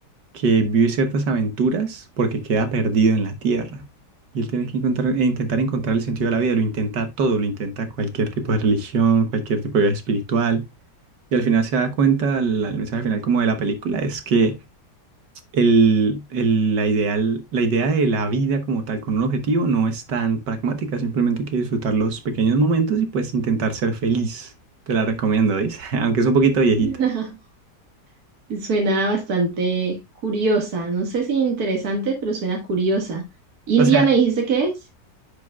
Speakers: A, on the right; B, on the right.
A: que vive ciertas aventuras porque queda perdido en la tierra. Y él tiene que encontrar, e intentar encontrar el sentido de la vida. Lo intenta todo, lo intenta cualquier tipo de religión, cualquier tipo de vida espiritual. Y al final se da cuenta, la- el mensaje final como de la película es que el, el- la ideal, la idea de la vida como tal con un objetivo no es tan pragmática. Simplemente hay que disfrutar los pequeños momentos y pues intentar ser feliz. Te la recomiendo, ¿veis? <laughs> Aunque es un poquito viejita.
B: <laughs> Suena bastante curiosa, no sé si interesante, pero suena curiosa. ¿India
A: O sea,
B: me dijiste que es?